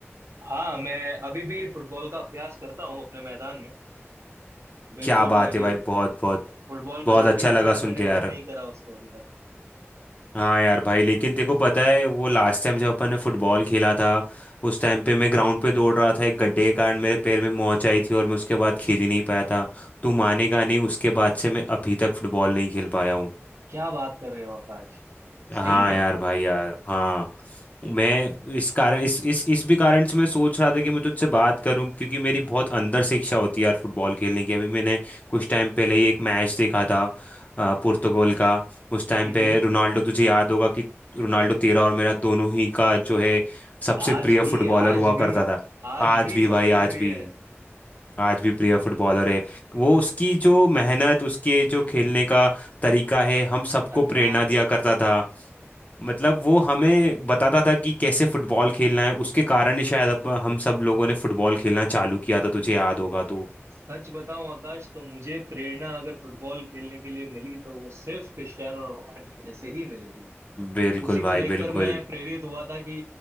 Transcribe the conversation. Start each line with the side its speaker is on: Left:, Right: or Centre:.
Right: हाँ मैं अभी भी फुटबॉल का अभ्यास करता हूँ अपने मैदान में बिल्कुल
Left: क्या
Right: मैं
Left: बात
Right: अभी
Left: है भाई बहुत बहुत
Right: फुटबॉल को
Left: बहुत
Right: जारी
Left: अच्छा
Right: रखा
Left: लगा
Right: है
Left: सुन
Right: मैंने
Left: के यार
Right: बंद नहीं करा उसको अभी तक
Left: हाँ यार भाई लेकिन तेको पता है वो लास्ट टाइम जब अपन ने फुटबॉल खेला था उस टाइम पे मैं ग्राउंड पे दौड़ रहा था एक गड्ढे के कारण मेरे पैर में मोच आई थी और मैं उसके बाद खेल ही नहीं पाया था तू मानेगा नहीं उसके बाद से मैं अभी तक फुटबॉल नहीं खेल पाया हूँ
Right: क्या बात कर रहे हो आकाश
Left: हाँ
Right: सही में
Left: यार भाई यार हाँ मैं इस कारण इस इस इस भी कारण से मैं सोच रहा था कि मैं तुझसे बात करूं क्योंकि मेरी बहुत अंदर से इच्छा होती है यार फुटबॉल खेलने की अभी मैंने कुछ टाइम पहले ही एक मैच देखा था अ, पुर्तगाल का उस टाइम
Right: हम्म
Left: पे रोनाल्डो तुझे याद होगा कि रोनाल्डो तेरा और मेरा दोनों ही का जो है सबसे
Right: आज
Left: प्रिय फुटबॉलर
Right: भी आज
Left: हुआ
Right: भी
Left: करता था
Right: आज
Left: आज
Right: भी
Left: भी
Right: सबसे
Left: भाई आज
Right: प्रिय
Left: भी
Right: है
Left: आज भी प्रिय फुटबॉलर है वो उसकी जो मेहनत उसके जो खेलने का तरीका है हम सबको
Right: अंदाज
Left: प्रेरणा दिया करता था मतलब वो हमें बताता था कि कैसे फुटबॉल खेलना है उसके कारण ही शायद अप- हम सब लोगों ने फुटबॉल खेलना चालू किया था तुझे याद होगा तो
Right: सच बताऊं आकाश तो मुझे प्रेरणा अगर फुटबॉल खेलने के लिए मिली तो वो सिर्फ क्रिस्टियानो रोनाल्डो की वजह से ही मिली थी
Left: बिल्कुल
Right: उसी
Left: भाई
Right: को देखकर
Left: बिल्कुल
Right: मैं प्रेरित हुआ था कि